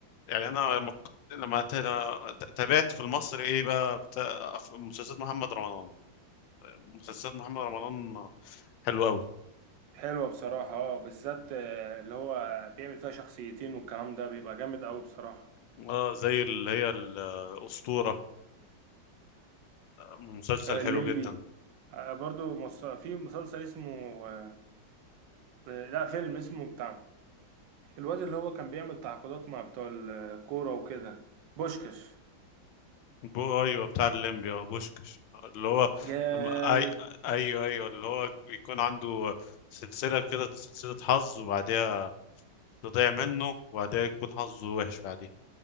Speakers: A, on the left; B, on the right.
A: يعني انا لما ك- لما تا- تابعت في المصري ايه بقى بتاع مسلسلات محمد رمضان مسلسلات محمد رمضان حلوة قوي
B: حلوة بصراحة اه بالذات آه، اللي هو بيعمل فيها شخصيتين والكلام ده بيبقى جامد قوي بصراحة
A: اه زي اللي هي الأسطورة مسلسل
B: آه، الليمبي
A: حلو جدا
B: آه، برضو مص- في مسلسل اسمه آه، آه، لا فيلم اسمه بتاع الواد اللي هو كان بيعمل تعاقدات مع بتوع الكورة وكده بوشكش
A: بو ايوه بتاع الليمبي اه بوشكش اللي هو
B: جامد
A: لما- اي ايوه ايوه اللي هو بيكون عنده سلسله كده سلسله حظ وبعدها تضيع منه وبعدها يكون حظه وحش بعديها